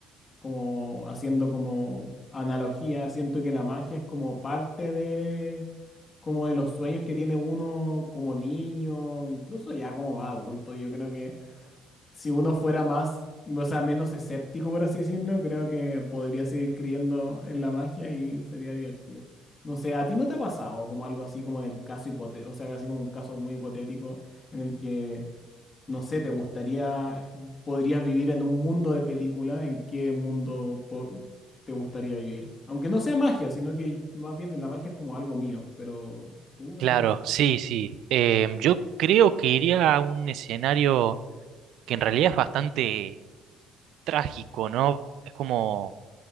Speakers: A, on the left; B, on the right.
A: como haciendo como analogía, siento que la magia es como parte de, como de los sueños que tiene uno como niño, incluso ya como más adulto, yo creo que si uno fuera más, o sea, menos escéptico, por así decirlo, creo que podría seguir creyendo en la magia y sería divertido. No sé, ¿a ti no te ha pasado como algo así, como en el caso hipotético, o sea, así como un caso muy hipotético en el que, no sé, te gustaría, podrías vivir en un mundo de película, ¿en qué mundo po- te gustaría vivir? Aunque no sea magia, sino que más bien la magia es como algo mío, pero tú
B: Claro,
A: en este caso.
B: sí, sí. Em, yo creo que iría a un escenario que en realidad es bastante trágico, ¿no? Es como...